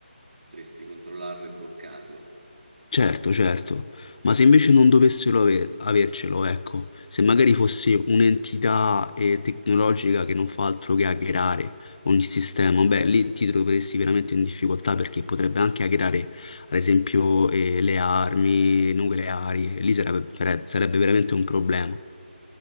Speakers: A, on the right (about 55°); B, on the left (about 40°).
A: potresti controllarlo e bloccarlo.
B: Certo, certo, ma se invece non dovessero ave- avercelo, ecco, se magari fosse un'entità eh, tecnologica che non fa altro che hackerare ogni sistema, beh, lì ti troveresti veramente in difficoltà perché potrebbe anche hackerare, ad esempio, eh, le armi nucleari, e lì sarebbe, sare- sarebbe veramente un problema.